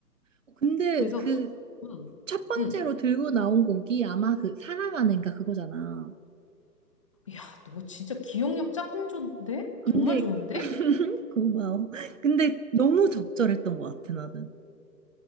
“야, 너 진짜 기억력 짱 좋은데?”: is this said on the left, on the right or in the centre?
Left